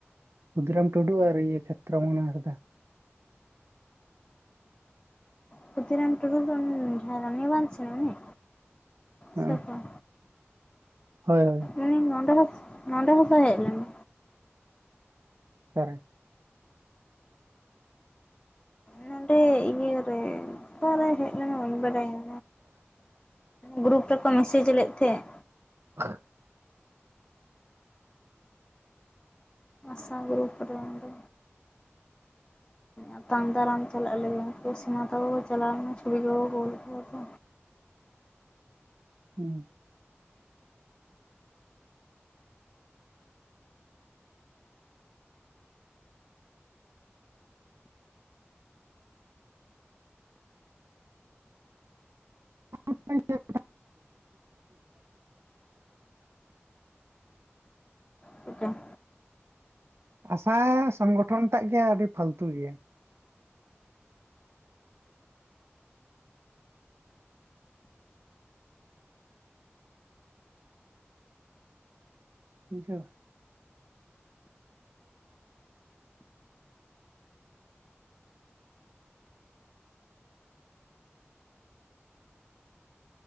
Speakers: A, on the right (about 65°); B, on the left (about 20°).
A: ᱠᱷᱩᱫᱷᱤᱨᱟᱢ ᱴᱩᱰᱩ ᱟᱨ ᱤᱭᱟᱹ ᱠᱷᱮᱛᱨᱚ ᱢᱚᱦᱚᱱ ᱦᱟᱸᱥᱫᱟ᱾
B: ᱠᱷᱩᱫᱤ ᱨᱟᱢ ᱴᱩᱰᱩ ᱫᱚ ᱡᱟᱦᱟᱸ ᱨᱟᱱᱤ ᱵᱟᱸᱫᱷᱚ ᱥᱮᱱ ᱨᱮᱱ ᱩᱱᱤ?
A: ᱦᱮᱸ
B: ᱥᱮ ᱚᱠᱚᱭ
A: ᱦᱳᱭ ᱦᱳᱭ
B: ᱩᱱᱤ ᱱᱚᱰᱮ ᱦᱚᱸ ᱱᱚᱰᱮ ᱦᱚᱸ ᱛᱚᱭ ᱦᱮᱸᱡ ᱞᱮᱱᱟ᱾
A: ᱚᱠᱟᱨᱮ?
B: ᱱᱚᱸᱰᱮ ᱤᱭᱟᱹᱨᱮ ᱚᱠᱟᱨᱮ ᱦᱮᱡ ᱞᱮᱱᱟ ᱵᱟᱹᱧ ᱵᱟᱰᱟᱭᱟ ᱜᱨᱩᱯ ᱨᱮᱠᱚ ᱢᱮᱥᱮᱡ ᱞᱮᱫ ᱛᱮᱦᱮᱡ
A: <unintelligible>
B: ᱪᱷᱟ ᱜᱨᱩᱯ ᱠᱚᱨᱮ ᱚᱝᱜᱮ ᱟᱛᱟᱝ ᱫᱟᱨᱟᱢ ᱪᱟᱞᱟᱜ ᱞᱟᱹᱭᱟᱠᱚ ᱚᱥᱤᱢᱟ ᱛᱟᱠᱚ ᱠᱚ ᱪᱟᱞᱟᱣ ᱞᱮᱱᱟ ᱪᱷᱩᱵᱤ ᱠᱚᱠᱚ ᱠᱩᱞ ᱠᱮᱫᱟ ᱛᱚ᱾
A: ᱦᱩᱸ <inaudible>
B: ᱪᱮᱫᱪᱚᱝ?
A: ᱟᱥᱟ ᱥᱚᱝᱜᱚᱴᱷᱚᱱ ᱴᱟᱜ ᱜᱮ ᱟᱹᱰᱤ ᱯᱷᱟᱹᱞᱛᱩ ᱜᱮᱭᱟ᱾ ᱵᱩᱷᱟᱹᱣ